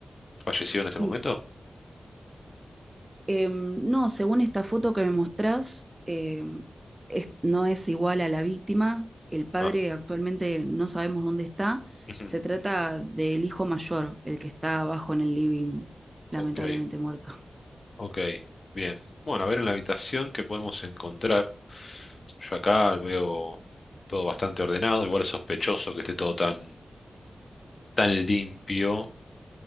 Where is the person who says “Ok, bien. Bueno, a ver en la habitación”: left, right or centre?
Left